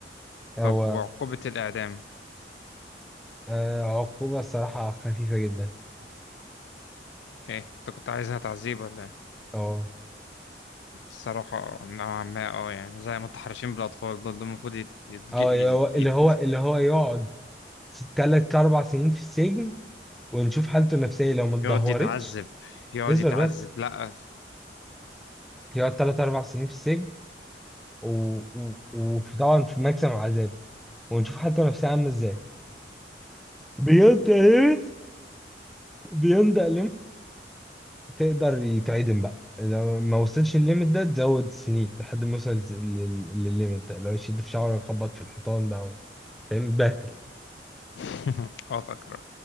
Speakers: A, in the centre; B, on the left.
A: هو
B: طب وعقوبة الإعدام
A: آه، عقوبة صراحة خفيفة جدا
B: ايه انت كنت عايزها تعذيب ولا ايه
A: أه
B: الصراحة نوعا ما اه يعني زي متحرشين بالأطفال دول دول المفروض يت... يتج...
A: أه
B: يت...
A: اللي هو
B: يت...
A: اللي هو اللي هو يقعد س- تلات أربع سنين في السجن ونشوف حالته النفسية لو ما اتدهورتش
B: يقعد يتعذب يقعد
A: اصبر
B: يتعذب
A: بس
B: لا
A: يقعد تلات أربع سنين في السجن و- و- وطبعا في ماكسيمم عذاب ونشوف حالته النفسية عاملة إزاي بينطق ليميت بينطق تقدر يتعدم بقى لو ما وصلش الليميت ده تزود سنين لحد ما يوصل لل- لل- للليميت ده لو يشد في شعره يخبط في الحيطان بقى و- فاهم بهدل
B: <laughs> اه فاكر